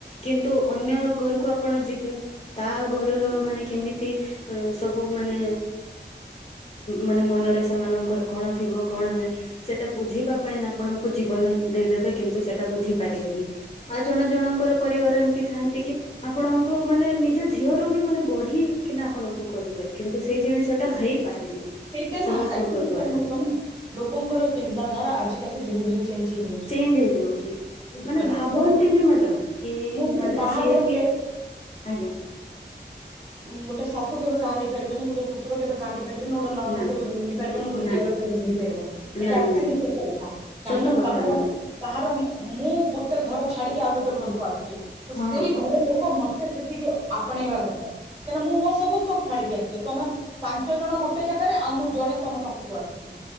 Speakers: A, on the left; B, on the right.
A: କିନ୍ତୁ ଅନ୍ୟ ଘରକୁ ଆପଣ ଯିବେ ତା ଘରର ମାନେ କେମିତି ସବୁ ମାନେ ମାନେ ମନରେ ସେମାନଙ୍କର କଣ? ଥିବ କଣ ନାାଇଁ ସେଟା ବୁଝିବା ପାଇଁ ଆପଣଙ୍କୁ ଜୀବନ ଦେଇଦେବେ କିନ୍ତୁ ସେଟା ବୁଝି ପାରିବେନି ଆ ଜଣ ଜଣଙ୍କର ପରିବାର ଏମିତି ଥାଆନ୍ତି କି ଆପଣଙ୍କୁ ମାନେ ନିଜ ଝିଅ ର ବି ମାନେ ବଢିକିନା ଆପଣଙ୍କୁ କରିବେ କିନ୍ତୁ ସେଇ ଜିନିଷ ଟା ହେଇ ପାରେନି
B: ସେଇଟା ନା
A: ସମସ୍ତଙ୍କ
B: ଆକ୍ଚୁଆଲି
A: ଦ୍ଵାରା
B: କଣ ହଉଛି ଲୋକଙ୍କର ଚିନ୍ତାଧାରା ଆଜିା କ ଧୀରେ ଧୀରେ ଚେଞ୍ଜ ହେଇଯାଉଛି
A: ଚେଞ୍ଜ ହେଇଯାଉଛି
B: ବୁଝିପାରିଲା
A: ମାନେ ଭାବନ୍ତିନି
B: ମୁଁ
A: ମ୍ୟାଡ କି
B: ମୁଁ ଗୋଟେ
A: ମାନେ
B: ବାହାଘର
A: ସିଏ ବି ଆ
B: ମୁଁ ଗୋଟେ ଶାଶୁ କେବେ କହାର ହେଇପାରିବନି ଗୋଟେ ଶ୍ୱଶୁର କେବେ କାହାର ହେଇ ପାରିବନି। ଗୋଟେ ନଣନ୍ଦ
A: ନାଇଁ
B: କେବେ ବୁି ପାରିବନ ଗୋଟେ
A: ନାଇଁ
B: ଦଅର କେବେ ଭ ପାରିବନ
A: ନାଇଁ
B: ଏଇଟା ଆକ୍ଚୁଆଲିୋ
A: ନାଇଁ
B: କଥା କାହିଁ
A: ସତ କଥା
B: କାହାର
A: ମ୍ୟାଡ଼ାମ
B: କାହାର। ମୁଁ ଗୋଟେ ଘର ଛାଡ଼ିକି ଆଉ ଗୋଟେ ଘରକୁ ଆସି ତ
A: ହଁ
B: ସେଇ ଘର ଲୋକ ମତେ ସେତିକି ଆପଣେଇବା କଥା। କାହିଁକନା ମୁଁ ମୋର ସମୁସ୍ତଙ୍କୁ ଛାଡିକି ଆସିଚଛି ତମେ ପାଞ୍ଚ ଜଣ ଗୋଟେ ଗୋଟେ ଜାଗାରେ ଆଉ ମୁ ଜଣେ ତମ ପାଖକୁ ଆସିଛି